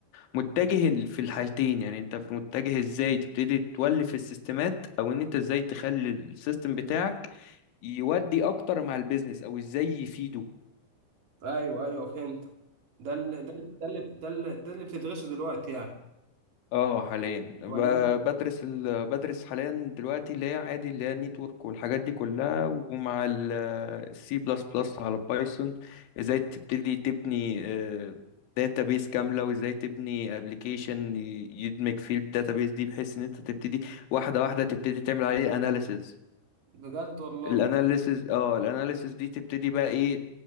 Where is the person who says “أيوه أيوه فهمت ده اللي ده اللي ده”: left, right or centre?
Right